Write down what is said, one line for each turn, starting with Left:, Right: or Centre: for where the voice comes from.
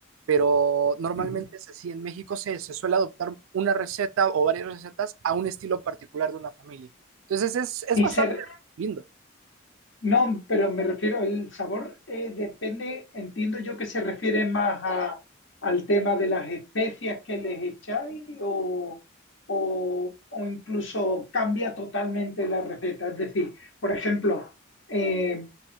Right: pero normalmente
Left: Ujú.
Right: es así. En México se, se suele adoptar una receta o varias recetas a un estilo particular de una familia. Entonces es, es
Left: Y
Right: bastante
Left: se,
Right: lindo.
Left: no, pero me refiero, el sabor eh, depende, entiendo yo que se refiere más a, al tema de las especias que les echáis o, o, o incluso cambia totalmente la receta. Es decir, por ejemplo, eh,